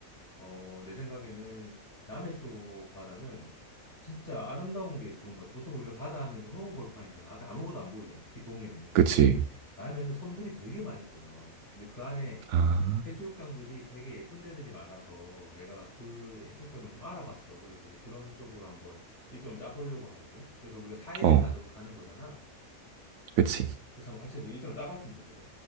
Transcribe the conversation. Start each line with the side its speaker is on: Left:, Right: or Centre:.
Left: 어, 내 생각에는 남해 쪽 바다는 진짜 아름다운 게 좋은 것 같아. 보통 우리가 바다 하면 그 허허벌판이잖아. 앞에 아무것도 안 보이잖아. 특히 동해는.
Right: 그치.
Left: 근데 남해는 섬들이 되게 많이 보여. 근데 그 안에
Right: 아,
Left: 해수욕장들이 되게 예쁜 데들이 많아서 내가 그 해수욕장을 좀 알아봤어. 그래서 이제 그런 쪽으로 한번 일정을 짜보려고 하거든. 그래서 우리가 4일을
Right: 어,
Left: 가도, 가는 거잖아.
Right: 그치.
Left: 그래서 한번 같이 좀 일정을 짜봤으면 좋겠어.